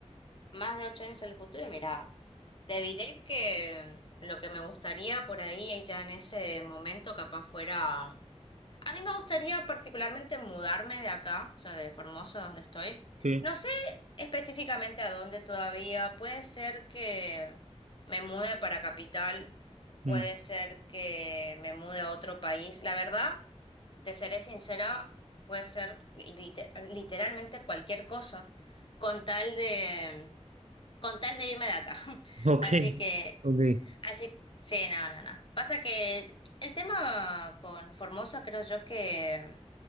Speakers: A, on the left; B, on the right.
A: Más de ocho años en el futuro, y mira, te diré que lo que me gustaría por ahí ya en ese momento capaz fuera... A mí me gustaría particularmente mudarme de acá, o sea, de Formosa, donde estoy.
B: Sí.
A: No sé específicamente a dónde todavía. Puede ser que me mude para capital, puede
B: Mm.
A: ser que me mude a otro país. La verdad, te seré sincera, puede ser lite- literalmente cualquier cosa, con tal de, con tal de irme de acá. <laughs>
B: Ok,
A: Así que,
B: ok.
A: así, sí, no, no, no. Pasa que el tema con Formosa creo yo que